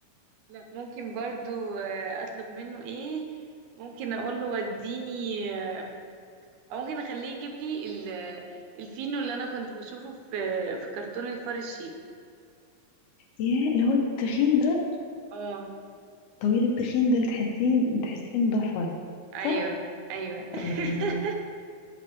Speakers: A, on the right; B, on the left.
A: لا ممكن برضو آه، اطلب منه ايه ممكن اقول له وديني آه، او ممكن اخليه يجيب لي ال... آه، الفينو اللي انا كنت بشوفه في في كرتون الفار الشيف
B: ياه اللي هو التخين ده
A: اه
B: طويل التخين ده اللي تحسيه تحسيه مضفر
A: ايوه
B: صح
A: ايوه
B: الله
A: <laughs>